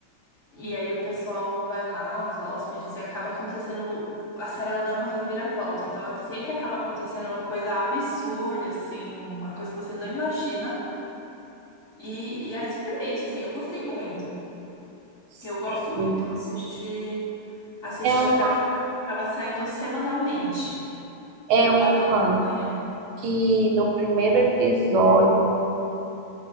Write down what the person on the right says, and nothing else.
sei.
É uma,
é
uma
que no primeiro episódio